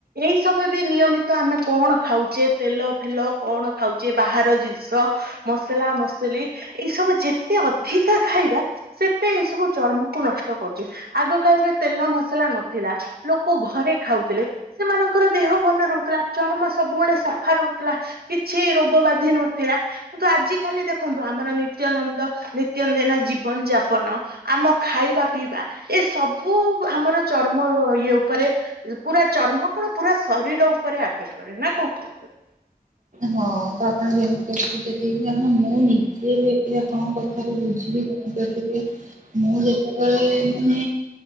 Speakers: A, on the right; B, on the right.
A: ଏଇ ସବୁ ବି ନିୟମିତ ଆମେ କଣ ଖାଉଛେ ତେଲ ଫେଲ କଣ ଖାଉଛେ ବାହାର ଜିନିଷ ମସଲା ମସଲି ଏଇ ସବୁ ଯେତେ ଅଧିକା ଖାଇବା ସେତେ ଏଇ ସବୁ ଚର୍ମକୁୁ ନଷ୍ଟ କରୁଛି ଆଗ କାଳରେ ତେଲ ମସଲା ନଥିଲା ଲୋକ ଘରେ ଖାଉଥିଲେ ସେମାନଙ୍କର ଦେହ ଭଲ ରହୁଥିଲା ଚର୍ମା ସବୁବେଳେ ସଫା ରହୁଥିଲା କିଛି ରୋଗ ବାଧି ନଥିଲା କିନ୍ତୁ ଆଜି କାଲି ଦେଖନ୍ତୁ ଆମର ନିତ୍ୟ ନନ୍ଦ ନିତ୍ୟନ୍ଦିନ ଜୀବନ ଯାପନ ଆମ ଖାଇବା ପିଇବା ଏ ସବୁ ଆମର ଚର୍ମ ଇଏ ଉପରେ ପୁରା ଚର୍ମ କଣ ପୁରା ଶରୀର ଉପରେ ଏଫେକ୍ଟ କରେ ନା କଣ କହୁଛ
B: ହଁ ତ ଆପଣ ଯେମିତି କେତେ ଠିକ କାରଣ ମୁଁ ନିଜେ ବି ଏବେ ଆପଣଙ୍କ କଥାରୁ ବୁଝିବି ଜାଣିପାରିବି ଥିବେ ମୁଁ ଯେତେବେଳେ ମାନେ